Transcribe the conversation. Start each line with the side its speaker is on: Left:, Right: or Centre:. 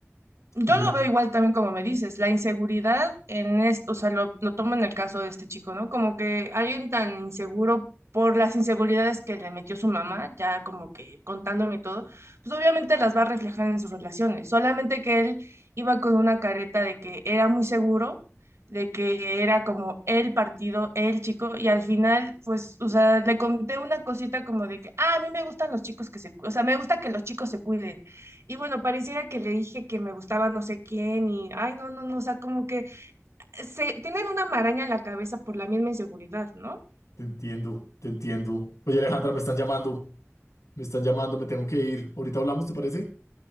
Right: Yo
Left: mira,
Right: lo veo igual también como me dices, la inseguridad en esto, o sea, lo, lo tomo en el caso de este chico, ¿no? Como que alguien tan inseguro por las inseguridades que le metió su mamá, ya como que contándome todo, pues obviamente las va a reflejar en sus relaciones, solamente que él iba con una careta de que era muy seguro, de que era como el partido, el chico, y al final, pues, o sea, le conté una cosita como de que, ah, a mí me gustan los chicos que se, cu- o sea, me gusta que los chicos se cuiden. Y bueno, pareciera que le dije que me gustaba no sé quién y, ay, no, no, no, o sea, como que se tienen una maraña en la cabeza por la misma inseguridad, ¿no?
Left: te entiendo, te entiendo. Oye, Alejandra, me están llamando, me están llamando, me tengo que ir. Ahorita hablamos, ¿te parece?